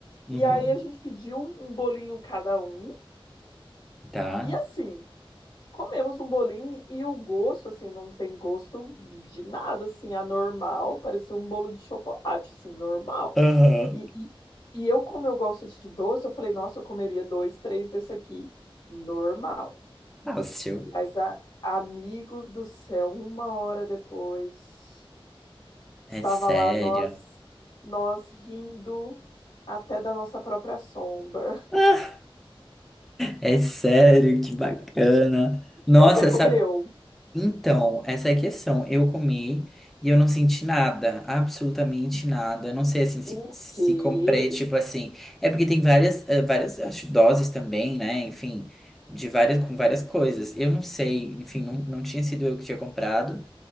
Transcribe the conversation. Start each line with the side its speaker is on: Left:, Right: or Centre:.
Centre: Uhum.
Left: E aí a gente pediu um um bolinho cada um.
Centre: Tá?
Left: E assim, comemos um bolinho e o gosto, assim, não tem gosto de nada, assim, anormal. Parecia um bolo de chocolate, assim, normal.
Centre: Aham.
Left: E, e, e eu, como eu gosto de doce, eu falei, nossa, eu comeria dois, três desse aqui, normal.
Centre: Fácil.
Left: Mas, a, amigo do céu, uma hora depois, estava
Centre: É sério.
Left: lá nós, nós rindo até da nossa própria sombra.
Centre: <laughs> É sério, que bacana.
Left: <laughs>
Centre: Nossa,
Left: Você comeu?
Centre: sabe? Então, essa é a questão. Eu comi e eu não senti nada, absolutamente nada. Eu não sei assim se,
Left: O
Centre: se
Left: quê?
Centre: comprei, tipo assim. É porque tem várias, eh, várias acho, doses também, né? Enfim, de várias, com várias coisas. Eu não sei, enfim, não, não tinha sido eu que tinha comprado.